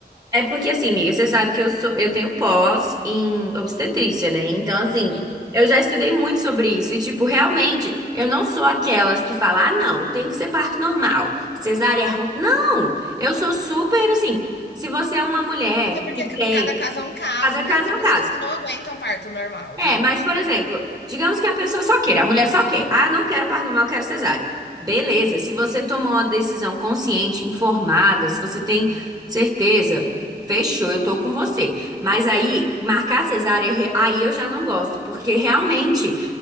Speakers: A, on the right; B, on the left.
A: É porque assim, amiga, você sabe que eu sou, eu tenho pós em obstetrícia, né? Então, assim,
B: Uhum.
A: eu já estudei muito sobre isso e tipo, realmente, eu não sou aquelas que falam, ah, não, tem que ser parto normal, cesárea é ruim. Não, eu sou super assim. Se você é uma mulher
B: Até porque
A: que
B: ca-
A: tem,
B: cada caso é um caso,
A: cada caso
B: né? Tem
A: é um
B: pessoas
A: caso.
B: que não aguentam parto normal,
A: É,
B: gente.
A: mas, por exemplo, digamos que a pessoa só queira, a mulher só quer. Ah, não quero parto normal, quero cesárea. Beleza, se você tomou uma decisão consciente, informada, se você tem certeza, fechou, eu tô com você. Mas aí, marcar cesárea, re- aí eu já não gosto, porque realmente